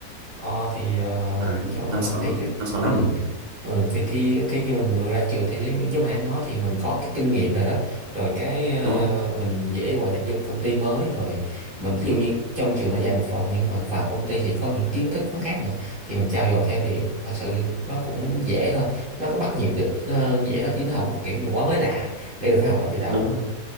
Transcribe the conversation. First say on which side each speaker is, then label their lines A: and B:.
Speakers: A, on the right (about 50°); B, on the right (about 80°).
A: Ờ, thì ờ,
B: đấy
A: cho
B: năm sáu
A: thì cái-
B: năm sáu
A: ừ.
B: năm rồi
A: Ừ, thì khi cái khi mình vừa ra trường thì giống giống mình đã nói thì mình có cái kinh nghiệm rồi đó rồi cái ờ,
B: đúng không
A: mình dễ hòa nhập vô công ty mới rồi mình ví dụ như trong trường nó dạy một phần nhưng mà vào công ty thì có những kiến thức nó khác nữa thì mình trau dồi thêm thì thật sự nó cũng dễ thôi nó có bắt nhịp được nó dễ là chứ nó không có kiểu như quá mới lạ để mình phải học lại từ đầu
B: đúng rồi.